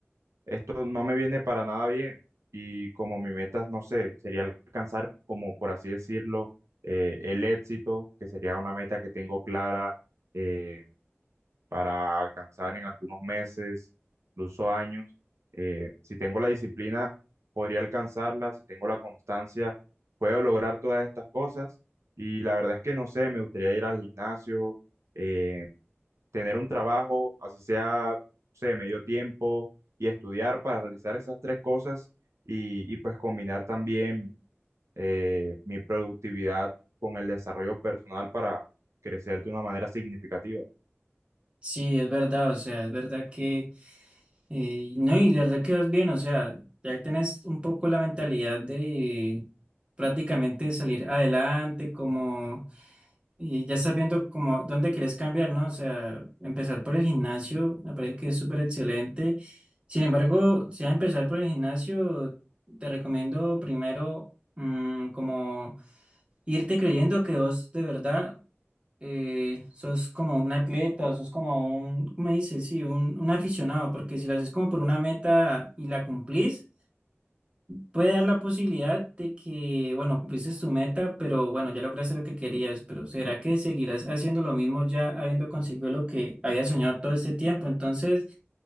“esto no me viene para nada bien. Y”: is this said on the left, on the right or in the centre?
Right